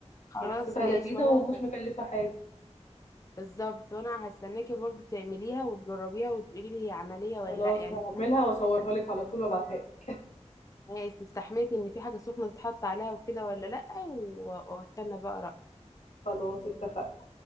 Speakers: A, on the left (about 30°); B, on the left (about 85°).
A: خلاص
B: هي حسيتها
A: ماشي
B: لذيذة
A: وانا
B: ومش
A: هستناك-
B: مكلفة حاجة
A: بالظبط وانا هستناكي برضو تعمليها وتجربيها وتقولي لي هي عملية ولا
B: خلاص
A: لا يعني
B: هعملها واصورها لك على طول وابعتها لك
A: ماشي استحميتي ان في حاجة سخنة تتحط عليها وكده ولا لأ و- واستنى بقى رأيك
B: خلاص اتفقنا